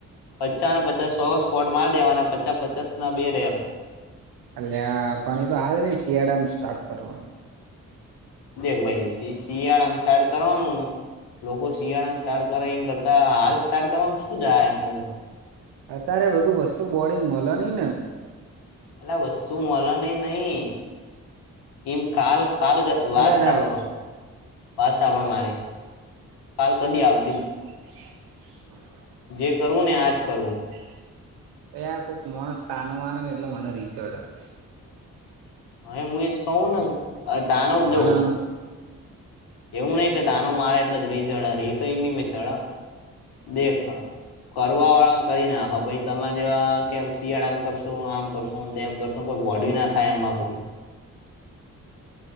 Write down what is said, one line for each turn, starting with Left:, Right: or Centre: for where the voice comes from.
Left: પચાસને પચાસ સો સ્કોટ માર દેવાના પચાસ પચાસ ના બે રેપ
Right: એલે પણ એ તો હાલ નઈ શિયાળામાં સ્ટાર્ટ કરવાનું
Left: દેખ ભાઈ શિયાળામાં સ્ટાર્ટ કરવાનું ને લોકો શિયાળા સ્ટાર્ટ કરે એ કરતા હાલ સ્ટાર્ટ કરવા શું જાય આપણે
Right: અત્યારે બધું વસ્તુ બોડીને મળે નઈ ને.
Left: અ વસ્તુ મળ ન નઈ એમ કાલ કાલ
Right: કદાચ
Left: વાત સાંભળવા વાત સાંભળ મારી કાલ કદી આવ
Right: <unintelligible>
Left: જે કરવું ને આજ કરવું
Right: યાર કોઈક મોણસ તાનો મારે ને એટલે મને રીહ ચડ હ
Left: હા હું એજ કહું ને તાનો
Right: મને
Left: જો એવું નહીિકે તાનો મારા એટલે જ રીહ ચઢા રીહ તો એમ નહી મે ચઢ દેખા કરવા વાળા કરી નાખા પછ તમારે જેવા કે શિયાળામ કરશો આમ કરશું તેમ કરશું કોઈ બોડી ના થાય માં